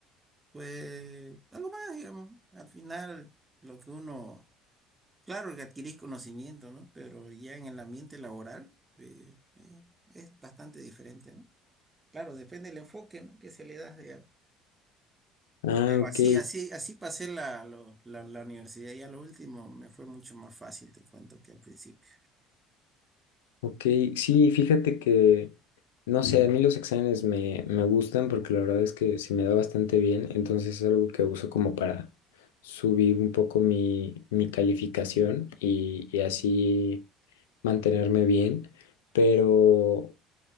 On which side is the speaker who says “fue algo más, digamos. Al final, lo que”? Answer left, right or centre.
Right